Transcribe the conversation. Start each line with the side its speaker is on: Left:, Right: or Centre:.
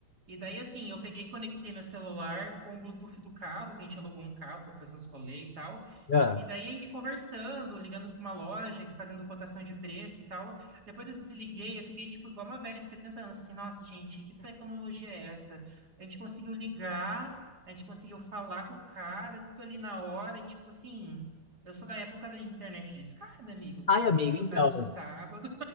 Right: e daí, assim, eu peguei e conectei meu celular com o Bluetooth do carro, que a gente alugou um carro para fazer uns rolê e tal,
Left: Ah.
Right: E daí a gente conversando, ligando para uma loja, fazendo cotação de preço e tal. Depois eu desliguei, eu fiquei tipo igual uma velha de 70 anos. Falei assim, nossa, gente, que tecnologia é essa? A gente conseguiu ligar, a gente conseguiu falar com o cara, tudo ali na hora, e, tipo assim. Eu sou da época da internet discada, amigo,
Left: Ai,
Right: que só podia
Left: amigo,
Right: usar
Left: então...
Right: no sábado.